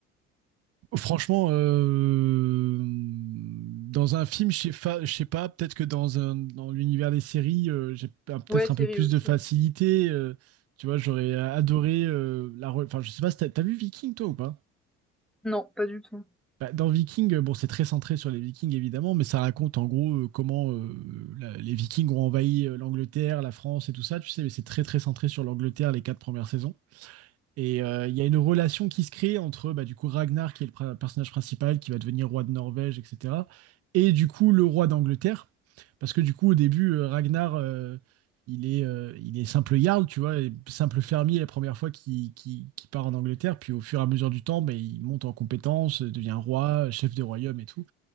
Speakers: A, on the right; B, in the centre.
A: Franchement, euh, dans un film, je sais fa- je sais pas, peut-être que dans un- dans l'univers des séries, euh, j'ai p- peut-être
B: Ouais, série
A: un peu plus
B: aussi.
A: de facilité.
B: ouais.
A: euh, tu vois, j'aurais adoré euh, la. re- Enfin, je sais pas, si t'as t'as vu Viking toi ou pas?
B: Non, pas du tout.
A: Bah, dans Viking, euh, bon, c'est très centré sur les Vikings évidemment, mais ça raconte en gros euh, comment euh, la- les Vikings ont envahi euh, l'Angleterre, la France et tout ça. Tu sais, mais c'est très très centré sur l'Angleterre les quatre premières saisons. Et il euh, y a une relation qui se crée entre bah, du coup Ragnar, qui est le pr- personnage principal, qui va devenir roi de Norvège, etc. Et du coup le roi d'Angleterre. Parce que du coup au début, euh, Ragnar, euh, il est, euh, il est simple jarl, tu vois, et simple fermier la première fois qu'il qu'il- qu'il part en Angleterre. Puis au fur et à mesure du temps, bah, il monte en compétences, devient roi, chef des royaumes et tout.